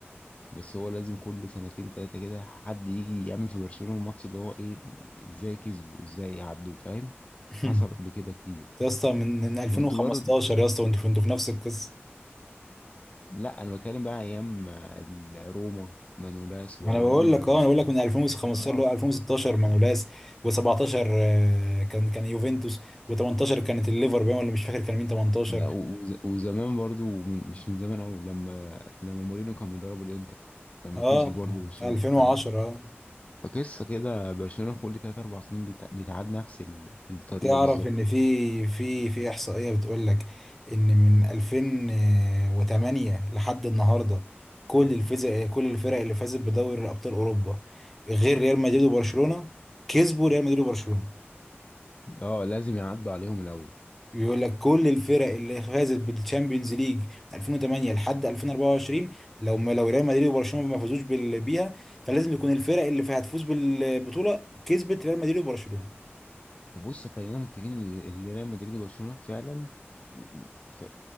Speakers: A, on the left (about 30°); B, in the centre.
A: بس هو لازم كل سنتين تلاتة كده حد يجي يعمل في برشلونة الماتش اللي هو إيه إزاي كسبوا إزاي عدوا فاهم
B: <laughs>
A: حصل قبل كده كتير
B: يا اسطى من من 2015
A: وأنتوا برضه
B: يا اسطى وانتوا في- انتوا في نفس القصه
A: لأ أنا بتكلم بقى أيام آه، ال- روما مانولاس
B: ما
A: وأيام
B: انا بقول
A: ال
B: لك اه انا بقول لك من 2015
A: آه
B: اللي هو 2016 مانولاس و17 آه، كان كان يوفنتوس و18 كانت الليفر باين ولا مش فاكر كان مين 18
A: لا وز- وزمان برضو من- مش من زمان قوي لما لما مورينيو كان بيدرب الانتر لما
B: اه
A: كسبوا
B: ف-
A: برضو برشلونة
B: في 2010
A: فاهم
B: آه.
A: فقصة كده برشلونة كل تلات أربع سنين بيتع- بتعاد نفس ال- الطريقة
B: تعرف
A: بالظبط
B: ان في في في احصائيه بتقول لك ان من 2008 لحد النهارده كل الفرق كل الفرق اللي فازت بدوري الابطال اوروبا غير ريال مدريد وبرشلونه كسبوا ريال مدريد وبرشلونه
A: اه لازم يعدوا عليهم الأول
B: بيقول لك كل الفرق اللي فازت بالتشامبيونز ليج من 2008 لحد 2024 لو ما لو ريال مدريد وبرشلونه ما فازوش بال- بيها فلازم يكون الفرق اللي فيها هتفوز بالبطوله كسبت ريال مدريد وبرشلونه
A: بص خلينا متفقين إن إن ريال مدريد وبرشلونة فعلا ف-